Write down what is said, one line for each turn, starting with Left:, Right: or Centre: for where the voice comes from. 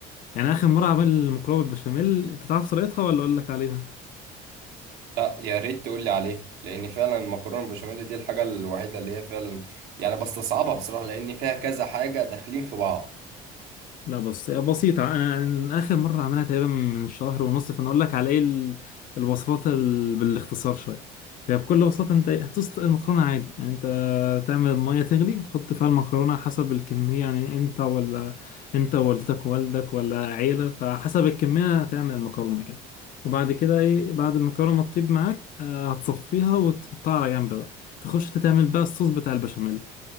Left: يعني اخر مره عمل مكرونه بالبشاميل انت تعرف طريقتها ولا اقول لك عليها
Right: لا يا ريت تقول لي عليها لان فعلا المكرونه البشاميل دي الحاجه الوحيده اللي هي فعلا يعني بستصعبها بصراحه لان فيها كذا حاجه داخلين في بعض
Left: لا بس بسيطه انا أنا اخر مره عملها تقريبا من شهر ونص فانا اقول لك على ايه ال- الوصفات ال... بالاختصار شويه هي بكل بساطه انت إيه، هتسلق المكرونه عادي يعني انت تعمل الميه تغلي وتحط فيها المكرونه حسب الكميه يعني انت ولا انت ووالدتك ووالدك ولا عيله فحسب الكميه هتعمل المكرونه كده وبعد كده ايه بعد المكرونه ما تطيب معاك آه، هتصفيها وتحطها على جنب بقى تخش انت تعمل بقى الصوص بتاع البشاميل